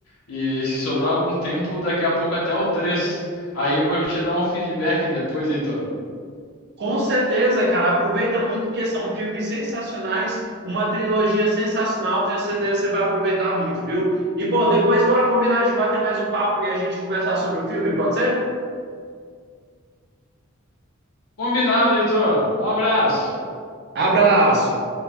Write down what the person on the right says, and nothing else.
Com certeza, cara. Aproveita muito porque são filmes sensacionais, uma trilogia sensacional. Tenho certeza que você vai aproveitar muito, viu? E, pô, depois bora combinar de bater mais um papo e a gente conversar sobre o filme, pode ser?
Abraço!